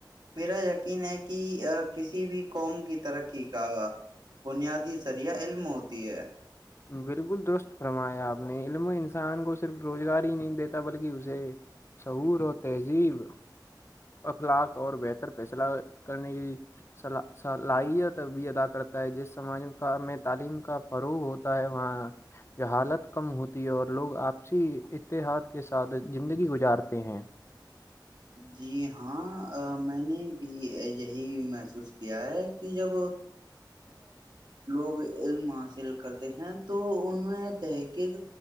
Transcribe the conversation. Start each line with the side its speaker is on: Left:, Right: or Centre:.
Right: میرا یقین ہے کہ کسی بھی قوم کی ترقی کا بنیادی ذریعہ علم ہوتی ہے
Left: بالکل درست فرمایا آپ نے علم انسان کو صرف روزگار ہی نہیں دیتا بلکہ اسے شعور اور تہذیب اخلاق اور بہتر فیصلہ کرنے کی صلاحیت بھی ادا کرتا ہے جس سماج کا میں تعلیم کا فروغ وہاں حالت کم ہوتی ہے اور لوگ آپسی اتحاد کے ساتھ زندگی گزارتے ہیں
Right: جی ہاں میں نے بھی یہی محسوس کیا ہے کہ جب لوگ علم حاصل کرتے ہیں تو ان میں تحقیق